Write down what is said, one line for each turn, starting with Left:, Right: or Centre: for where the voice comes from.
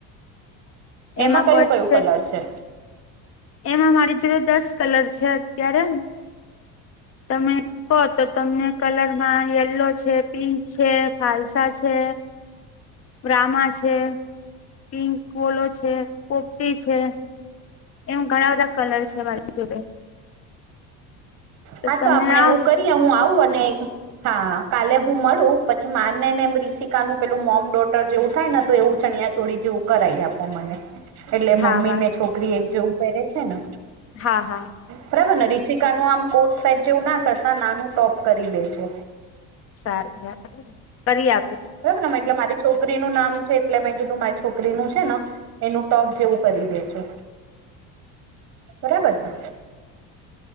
Left: છે
Right: એમાં કયું
Left: કોટસેટ
Right: કયું કલર છે?
Left: એમાં મારી જોડે દસ કલર છે અત્યારે, તમે હો તો તમને કલરમાં યલો છે પિંક છે ફાલસા છે. બ્રામા છે, પિંક વોલો છે, પોપટી છે. એમ ઘણા બધા કલર છે મારી જોડે.
Right: હા
Left: તમે
Right: તો આપણે
Left: આવ
Right: એવું કરીએ હું આવું અને હા કાલે હું મળું પછી માને ને એમ રીસિકાનુંપેલું મોમ ડોટર જેવું થાય ને તો એવું ચણ્યા ચોડી જેવું કરાઈ આપો મને એટલે
Left: હા
Right: મમ્મી
Left: વા
Right: ને છોકરી એક જેવું પહેરે છે ને
Left: હા હા
Right: બરાબર ને રિશિકા નું આમ કોટ સેટ જેવું ના કરતા નાનું ટોપ કરી દેજો
Left: સારી કરી આપ.
Right: બરાબરને એટલે મારી છોકરીનું નામ છે એટલે મેં કીધું મારી છોકરીનું છે ને. એનું ટોપ જેવું કરી દેજો, બરાબર ને.